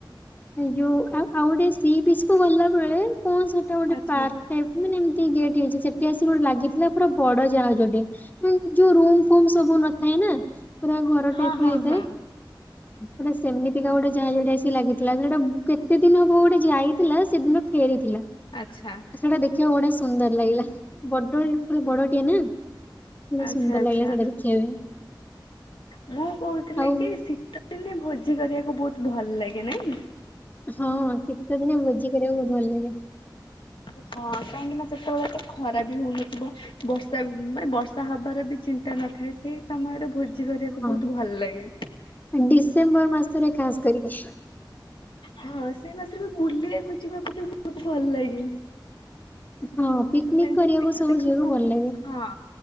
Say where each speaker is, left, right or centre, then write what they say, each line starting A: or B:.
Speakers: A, on the left (about 20°); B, on the left (about 80°).
A: ଯୋଉ ଆଉ ଗୋଟେ ସି ବିଚ କୁ ଗଲା ବେଳେ କଣ ସେଟା ଗୋଟେ
B: ଆଚ୍ଛା
A: ପା ମାନେ ଏମିତି ଗେଟ୍ ହେଇଛି ସେଠି ଆସି ଗୋଟେ ଲାଗିଥିଲା ପୁରା ବଡ ଯାହା ଯଟେ। ଯୋଉ ରୁମ ଫୁମ ସବୁ ନଥାଏ ନା ପୁରା ଘର
B: ହଁ
A: ଟାଇପ
B: ହଁ
A: ର ହେଇଥାଏ
B: ହଁ
A: ପୁରା ସେମିତିକା ଗୋଟେ ଜାହାଜଟେ ଆସି ଲାଗି ଥିଲା ସେଟା କେତେ ଦିନ ହବ ଗୋଟେ ଯାଇଥିଲା? ସେଦିନ ଫେରିଥିଲା।
B: ଆଚଛା।
A: ସେଟା ଦେଖିବାକୁ ବଢ଼ିଆ ସୁନ୍ଦର ଲାଗିଲା ବଡ କ ବଡଟିଆ ନା। ବା
B: ଆଚ୍ଛା
A: ସୁନ୍ଦର
B: ଆଚ୍ଛା।
A: ଲାଗିଲ ସେଟା ଦେଖିଆ ପାଇଁ।
B: ମୁଁ କହୁଥିଲି
A: ଆଉ
B: କି ଶୀତ ଦିନେ ଭୋଜି କରିବାକୁ ବହୁତ ଭଲ ଲାଗେ ନାଇଁ।
A: ହଁ ଶୀତ ଦିନେ ଭୋଜି କରିବାକୁ ବହୁତ ଭଲ ଲାଗେ।
B: ହଁ କାହିଁକି ନା ସେତେବେଳେ ତ ଖରା ବି ହଉନଥିବ ବର୍ଷା ମାନେ ବର୍ଷା ହବାର ବି ଚି ତା ନଥାଏ ସେଇ ସମୟରେ ଭୋଜି କରିବାକୁ
A: ହଁ।
B: ବହୁତ ଭଲ ଲାଗେ।
A: ଡିସେମ୍ବର ମାସ ରେ ଖାସ କରିକି।
B: ହଁ ସେଇ ମାସରେ ବୁଲିଆକୁ ଯିବାକୁ ବି ବହୁତ ଭଲ ଲାଗେ।
A: ହଁ ପିକନିକ
B: ମାନେ
A: କରିବାକୁ
B: ଯେତିକି
A: ସବୁ
B: ଦେଖିବା
A: ଯିବାକୁ ଭଲ
B: ହଁ।
A: ଲାଗେ।